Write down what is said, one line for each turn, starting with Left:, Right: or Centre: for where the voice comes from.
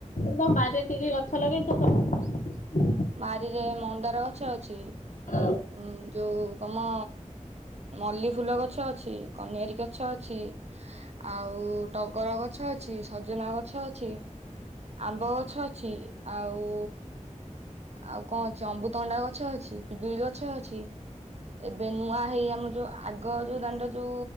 Left: ତମ ବାରିରେ କିି କି ଛି ଗଛ ଲଗେଇଛ ତମେ?
Right: ବାରିରେ ମନ୍ଦାର ଗଛ ଅଛି
Left: ହଁ
Right: ଉଁ ଯୋଉ କମ ମଲ୍ଲିୀ ଫୁଲ ଗଛ ଅଛି କନିଆରୀ ଗଛ ଅଛି ଆଉ ଟଗର ଗଛ ଅଛି ସଜନା ଗଛ ଅଛି ଆମ୍ବ ଗଛ ଅଛି ଆଉ ଆଉ କଣ ଅଛି ଅମୃତଭଣ୍ଡା ଗଛ ଅଛି ପିଜୁଳି ଗଛ ଅଛି ଏବେ ନୂଆ ହେଇ ଆମର ଯୋଉ ଆଗ ଯୋଉ ଦାଣ୍ଡ ଯୋଉ